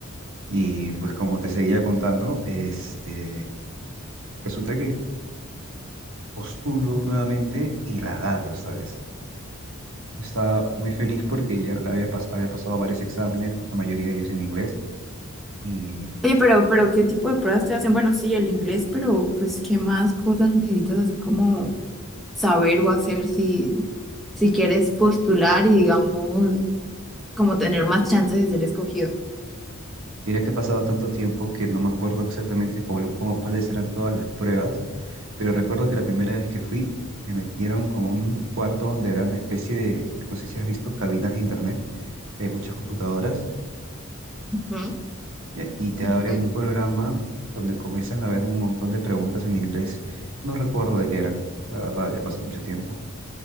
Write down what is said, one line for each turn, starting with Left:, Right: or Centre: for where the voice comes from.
Right: Y pues como te seguía contando, este, resulta que postulo nuevamente y la agarro esta vez. Yo Estaba muy feliz porque ya la había, pas- había pasado varios exámenes, la mayoría de ellos en inglés, y
Centre: Oye, pero, pero ¿qué tipo de pruebas te hacen? Bueno, sí, el inglés, pero pues ¿qué más cosas necesitas así como saber o hacer si, si quieres postular y digamos como tener más chances de ser escogido?
Right: mira que ha pasado tanto tiempo que no me acuerdo exactamente cuál- cómo- cuáles eran todas las pruebas Pero recuerdo que la primera vez que fui, me metieron como a un cuarto donde era una especie de, no sé si has visto cabinas de internet, que hay muchas computadoras,
Centre: Ujú,
Right: ya, y te
Centre: Ok.
Right: abren un programa donde comienzan a ver un montón de preguntas en inglés. No recuerdo de qué eran, la verdad, ya pasó mucho tiempo.